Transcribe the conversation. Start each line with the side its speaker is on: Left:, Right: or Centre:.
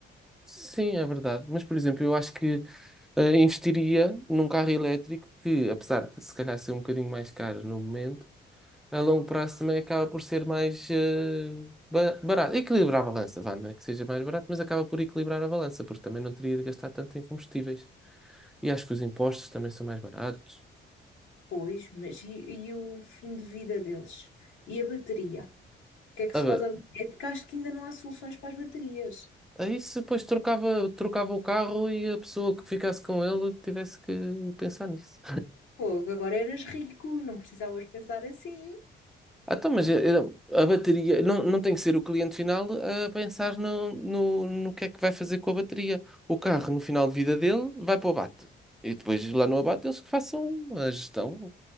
Centre: sim, é verdade. Mas, por exemplo, eu acho que eh, investiria num carro elétrico que, apesar de se calhar ser um bocadinho mais caro no momento, a longo prazo também acaba por ser mais eh, ba- barato. Equilibrar a balança, vá, não é que seja mais barato, mas acaba por equilibrar a balança, porque também não teria de gastar tanto em combustíveis. E acho que os impostos também são mais baratos.
Left: Pois, mas e, e o fim de vida deles? E a bateria? O que é que
Centre: Ah,
Left: se faz
Centre: bem,
Left: à bateria? É porque acho que ainda não há soluções para as baterias.
Centre: Aí se depois trocava, trocava o carro e a pessoa que ficasse com ele tivesse que pensar nisso.
Left: Pô, agora eras rico, não precisavas pensar assim.
Centre: Ah, então, mas eh, eh, a bateria não, não tem que ser o cliente final a pensar no, no, no que é que vai fazer com a bateria. O carro, no final de vida dele, vai para o abate. E depois lá no abate eles que façam a gestão